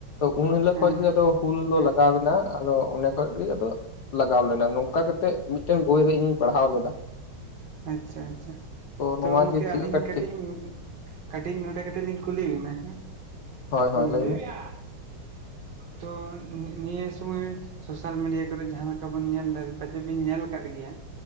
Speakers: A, on the left (about 65°); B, on the right (about 60°).
A: ᱩᱱ ᱦᱤᱞᱳᱜ
B: ᱦᱮᱸ ᱦᱮᱸ
A: ᱠᱷᱚᱡ ᱜᱮ ᱟᱫᱚ
B: ᱦᱮᱸ
A: ᱦᱩᱞ ᱫᱚ ᱞᱟᱜᱟᱣ ᱮᱱᱟ, ᱟᱫᱚ ᱚᱸᱰᱮ ᱠᱷᱚᱡ ᱜᱮ ᱟᱫᱚ ᱞᱟᱜᱟᱣ ᱞᱮᱱᱟ ᱱᱚᱝᱠᱟ ᱠᱟᱛᱮᱜ ᱢᱤᱫᱴᱮᱱ ᱵᱳᱭᱨᱮ ᱤᱧᱤᱧ ᱯᱟᱲᱦᱟᱣ ᱞᱮᱫᱟ,
B: ᱟᱪᱪᱷᱟ ᱟᱪᱪᱷᱟ ᱛᱚ
A: ᱱᱚᱣᱟ
B: ᱜᱚᱝᱠᱮ
A: ᱜᱮ ᱪᱮᱫ
B: ᱟᱹᱞᱤᱧ
A: ᱞᱮᱠᱟ
B: ᱠᱟᱹᱴᱤᱡ
A: ᱴᱷᱤᱠ
B: ᱠᱟᱹᱴᱤᱡ ᱱᱚᱰᱮ ᱠᱟᱹᱴᱤᱡ ᱞᱤᱧ ᱠᱩᱞᱤ ᱵᱤᱱᱟ ᱦᱮᱸ
A: ᱦᱳᱭ ᱦᱳᱭ
B: ᱦᱸᱢ
A: ᱞᱟᱹᱭ ᱢᱮ
B: ᱛᱚ ᱱᱤᱭᱟᱹ ᱥᱚᱢᱚᱭ ᱥᱳᱥᱟᱞ ᱢᱤᱰᱤᱭᱟ ᱠᱚᱨᱮᱜ ᱡᱟᱸᱦᱟ ᱞᱮᱠᱟ ᱵᱚᱱ ᱧᱮᱞ ᱫᱟ ᱾ ᱯᱟᱪᱮᱫ ᱵᱤᱱ ᱧᱮᱞ ᱠᱟᱜ ᱜᱮᱭᱟ